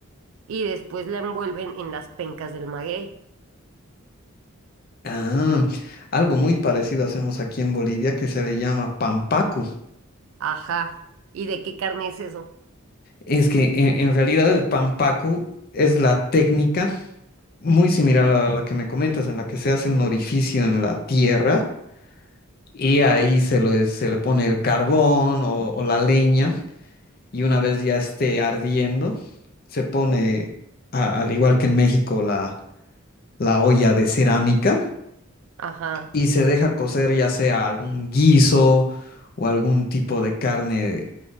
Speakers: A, on the right; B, on the left.
A: y después la envuelven en las pencas del maguey.
B: Ah, algo muy parecido hacemos aquí en Bolivia que se le llama pampacu.
A: Ajá. ¿Y de qué carne es eso?
B: Es que en, en realidad el pampaku es la técnica muy similar a la que me comentas, en la que se hace un orificio en la tierra y ahí se le, se le pone el carbón o, o la leña y una vez ya esté ardiendo, se pone, a- al igual que en México, la, la olla de cerámica
A: Ajá.
B: y se deja cocer ya sea algún guiso o algún tipo de carne